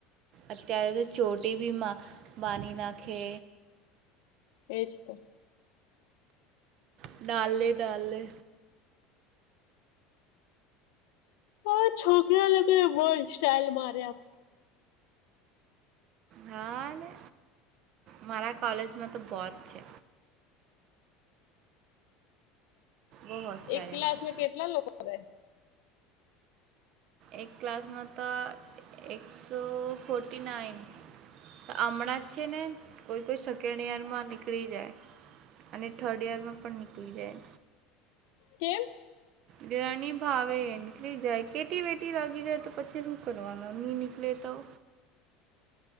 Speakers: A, on the right; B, on the left.
A: અત્યારે તો ચોટી બી માં માની નાખે.
B: એજ તો
A: ડાલે ડાલલે
B: હ છોકરા લગને વ સ્ટાઇલ મારે્યા
A: હા ને મા માર કૉલેજમાં તો બહુ છે બહુ હોશિયારી
B: એક ક્લાસ
A: મારે
B: માં કેટલા લોકો રહેે
A: એક ક્લાસમાંતા એકસો ફોર્ટી નાઇન હમણાં જ છે ને કોઈ કોઈ સેકન્ડ ઈયર માં નીકળી જાય અને થર્ડ યરમાં પણ નીકળી જાય
B: કેમ
A: બરાની ભાવે નીકળી જાય કેટી વેટી લાગી જાય તો પછી કરવના નહીં નિકલે તો